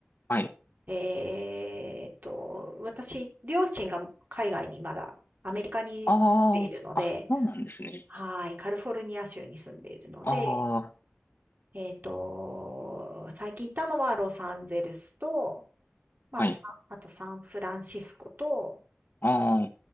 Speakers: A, on the left; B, on the right.
A: はい。
B: えっと、私、両親が海外にまだ、アメリカに住んでいるので、
A: ああ、あ、そうなんですね。
B: はい。カリフォルニア州に住んでいるので、
A: ああ、
B: えっと、最近行ったのはロサンゼルスと、まあ、
A: はい。
B: さあとサンフランシスコと、
A: ああ、